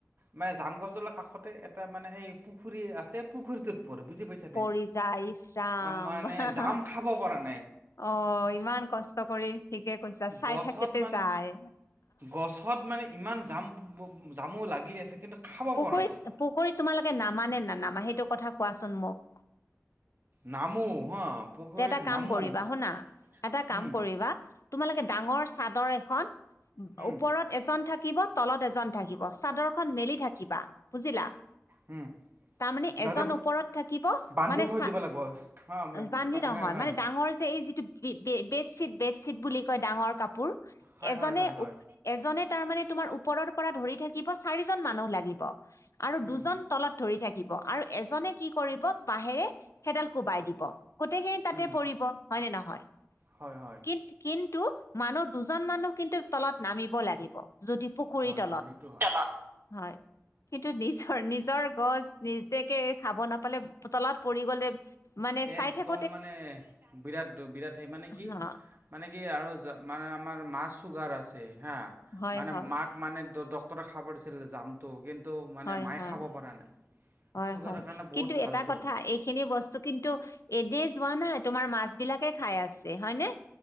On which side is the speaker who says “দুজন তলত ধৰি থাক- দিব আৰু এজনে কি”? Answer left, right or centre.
Left